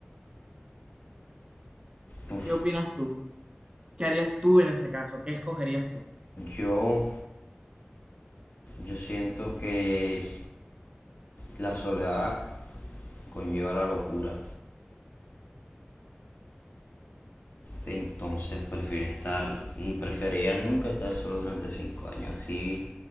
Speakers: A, on the left (about 50°); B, on the right (about 25°).
A: Uf,
B: ¿Qué opinas tú? ¿Qué harías tú en ese caso? ¿Qué escogerías tú?
A: yo Yo siento que la soledad conlleva la locura. Entonces prefiero estar, prefería nunca estar solo durante cinco años. Así